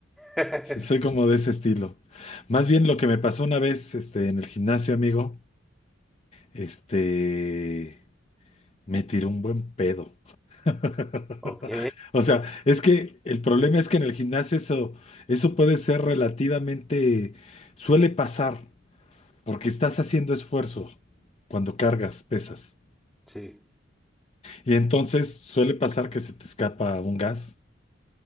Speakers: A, in the centre; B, on the left.
A: <laughs>
B: Sí, soy como de ese estilo. Más bien lo que me pasó una vez este, en el gimnasio, amigo, este, me tiró un buen pedo. <laughs>
A: Ok,
B: O sea, es que el problema es que en el gimnasio eso, eso puede ser relativamente, suele pasar. porque estás haciendo esfuerzo cuando cargas, pesas.
A: sí.
B: Y entonces suele pasar que se te escapa un gas. <laughs>